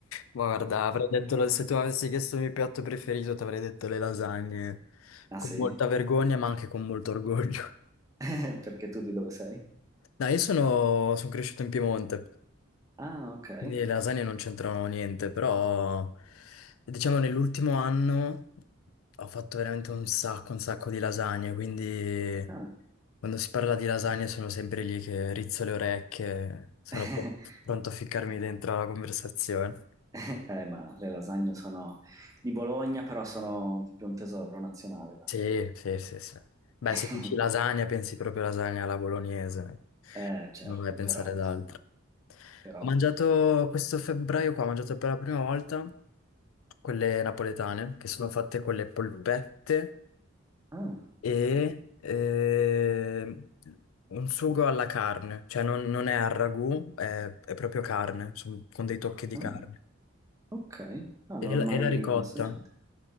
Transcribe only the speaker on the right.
Ah
sì?
<laughs> Perché tu di dove sei?
Ah, ok.
Ah.
<laughs>
Eh, ma le lasagne sono di Bologna, però sono più un tesoro nazionale, dai.
<laughs>
Eh, certo,
però, insomma,
però...
Ah,
ah,
ok. Ah, non
l'ho mai
assaggiate.